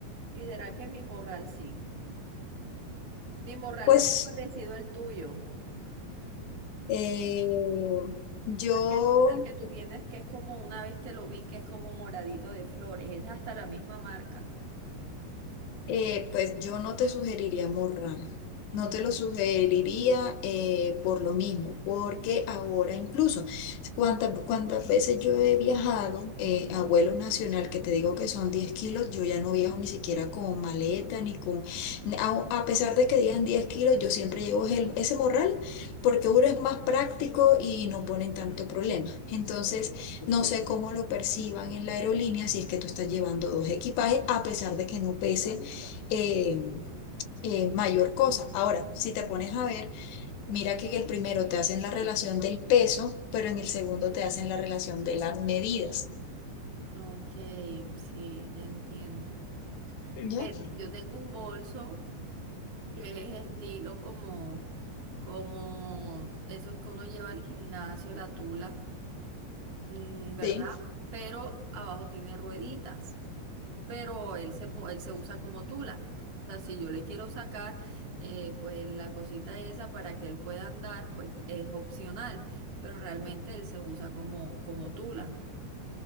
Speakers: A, on the right; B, on the left.
A: ¿Y será que mi morral sí? Mi morral
B: Pues
A: es muy parecido al tuyo.
B: eh, yo...
A: Al que, al que tú tienes, que es como una vez te lo vi, que es como moradito de flores, es hasta la misma marca.
B: Eh, pues yo no te sugeriría Morral,
A: Mm,
B: no te lo sugeriría eh, por lo mismo, porque ahora incluso, cuántas, cuántas veces yo he viajado eh, a vuelo nacional, que te digo que son 10 kilos, yo ya no viajo ni siquiera con maleta, ni con, a, a pesar de que digan 10 kilos, yo siempre llevo el- ese morral, porque uno es más práctico y no ponen tanto problema. Entonces, no sé cómo lo perciban en la aerolínea si es que tú estás llevando dos equipajes, a pesar de que no pese. eh, eh, mayor cosa. Ahora, si te pones a ver, mira que en el primero te hacen la relación del peso, pero en el segundo te hacen la relación de las medidas.
A: ok, sí, ya entiendo. Ven,
B: ¿Ya?
A: yo tengo un bolso que es estilo como, como esos que uno lleva al gimnasio, la tula, mm, ¿verdad?
B: Sí.
A: Pero abajo tiene rueditas. pero él se, po- él se usa como tula. O sea, si yo le quiero sacar, eh, pues la cosita esa para que él pueda andar, pues es opcional, pero realmente él se usa como, como tula.